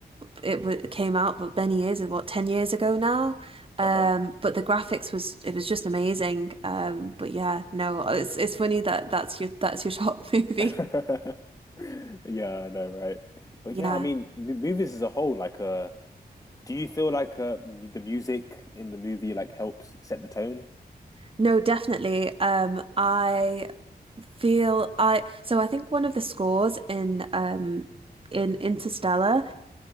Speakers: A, on the right; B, on the left.
A: it w came out but many years what 10 years ago now. Um
B: Uh
A: but the graphics was it was just amazing. Um but yeah, no, it's it's funny that that's your that's your top <laughs> movie.
B: huh. <laughs> yeah, I know, right? But
A: Yeah.
B: yeah, I mean, m- movies as a whole, like uh Do you feel like uh, the music in the movie like helps set the tone?
A: No, definitely. Um, I feel I so I think one of the scores in um in Interstellar,